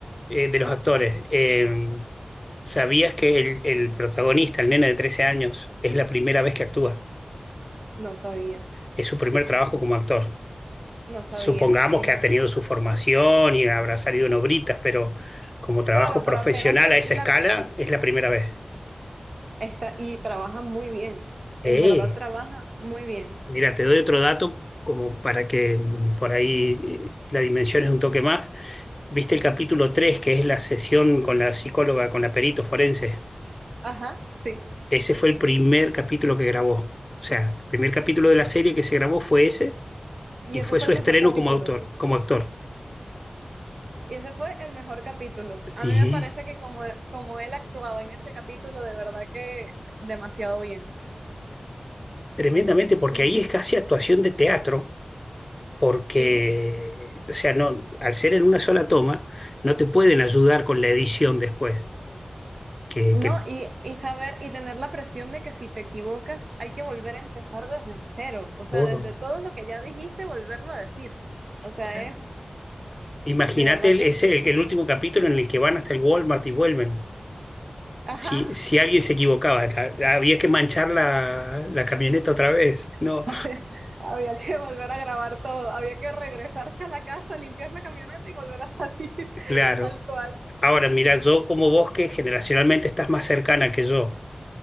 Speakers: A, on the left; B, on the right.
A: eh, de los actores. Eh, ¿sabías que el, el protagonista, el nene de 13 años, es la primera vez que actúa?
B: No sabía,
A: Es su primer trabajo como actor.
B: no sabía,
A: Supongamos
B: fíjate.
A: que ha tenido su formación y habrá salido en obritas, pero como trabajo
B: Claro,
A: profesional
B: pero apenas es
A: a esa escala,
B: la...
A: es la primera vez.
B: Está, y trabaja muy bien,
A: Eh,
B: en verdad trabaja muy bien.
A: mira, te doy otro dato como para que mm, por ahí eh, la dimensión es un toque más. ¿Viste el capítulo 3 que es la sesión con la psicóloga, con la perito forense?
B: Ajá, sí.
A: Ese fue el primer capítulo que grabó. O sea, el primer capítulo de la serie que se grabó fue ese
B: Y
A: y
B: ese
A: fue
B: fue
A: su
B: el
A: estreno
B: mejor capítulo.
A: como autor, como actor.
B: Y ese fue el mejor capítulo.
A: Sí,
B: A mí me parece que como, como él actuaba en ese capítulo, de verdad que demasiado bien.
A: tremendamente, porque
B: Y-
A: ahí es casi actuación de teatro, porque,
B: Sí.
A: o sea, no, al ser en una sola toma, no te pueden ayudar con la edición después, que,
B: No,
A: que
B: y, y saber y tener la presión de que si te equivocas hay que volver a empezar desde cero, o
A: todo.
B: sea, desde todo lo que ya dijiste, volverlo a decir. O sea,
A: claro.
B: es
A: Imagínate
B: de verdad
A: el-
B: que,
A: ese, el, el último capítulo en el que van hasta el Walmart y vuelven.
B: ajá,
A: Si, si alguien se equivocaba, la- había que manchar la, la camioneta otra vez. No,
B: <laughs> había, había que volver a grabar todo, había que regresarse a la casa, limpiar la camioneta y volver a salir, <laughs>
A: claro.
B: tal cual.
A: Ahora, mira, yo como vos que generacionalmente estás más cercana que yo,